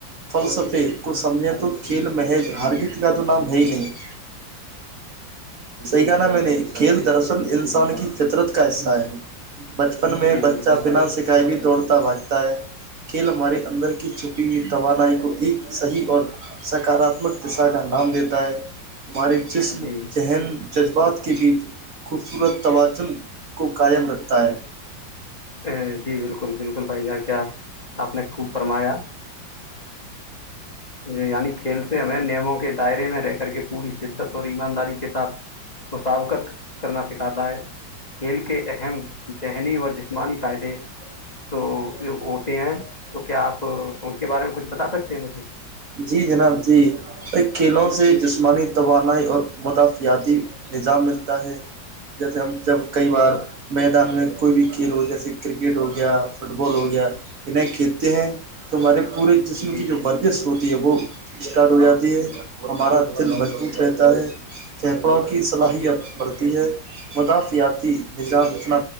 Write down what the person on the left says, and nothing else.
جی
جی
بالکل
جی
ا جی بالکل بالکل بھائی جان کیا آپ نے خوب فرمایا یعنی کھیل سے ہمیں نیموں کے دائرے میں رہ کر کے پوری شدت اور ایمانداری کے ساتھ مسابقت کرنا سکھاتا ہے کھیل کے اہم ذہنی و جسمانی فائدے تو ہوتے ہیں تو کیا آپ اس کے بارے میں کچھ بتا سکتے ہیں مجھے
جی
جی